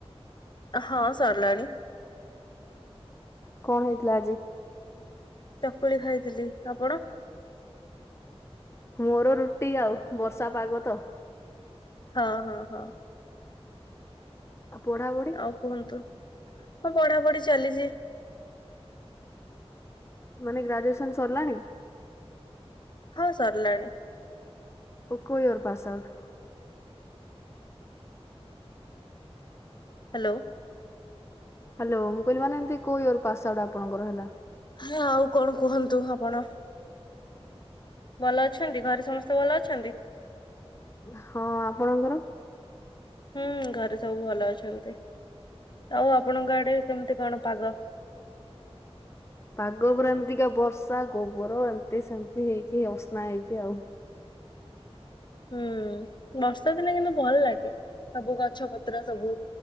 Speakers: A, on the left; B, on the left.
A: ହଁ ସିରିଲାଣି
B: କଣ ହେଇଥିଲା ଆଜି?
A: ଚକୁଳି ଖାଇଥିଲି ଆପଣ?
B: ମୋର ରୁଟି ଆଉ ବର୍ଷା ପାଗ ତ।
A: ହଁ ହଁ ହଁ।
B: ଆ ପଢା ପ <unintelligible>
A: ଆଉ କୁହନ୍ତୁ ହଁ ପଢା ପଢି ଚାଲିଚି।
B: ମାନେ ଗ୍ରାଜୁଏସନ ସରିଲାଣି?
A: ହଁ ସରିଲାଣି।
B: ଓ କୋଉ year pass out?
A: Hello.
B: Hello ମୁଁ କହିଲି ମାନେ ଏମତି କୋଉ ଇୟର ପାସ ଆଉଟ୍ ଆପଣଙ୍କର ହେଲା।?
A: ହଁ ଆଉ କଣ କୁହନ୍ତୁ ଆପଣ? ଭଲ ଅଛନ୍ତି ଘରେ ସମସ୍ତେ ଭଲ ଅଛନ୍ତି?
B: ହଁ ଆପଣଙ୍କର?
A: ହୁଁ ଘରେ ସବୁ ଭଲ ଅଛନ୍ତି ଆଉ ଆପଣଙ୍କ ଆଡେ କେମିତି କଣ ପାଗ?
B: ପାଗ ପୁରା ଏମିତିକା ବର୍ଷା ଗୋବର ଏମତି ସେମତି ହେଇକି ଅସ୍ନା ହେଇକି ଆଉ।
A: ହୁଁ ବର୍ଷା ଦିନେ କିନ୍ତୁ ଭଲ ଲାଗେ। ସବୁ ଗଛ ପତ୍ର ସବୁ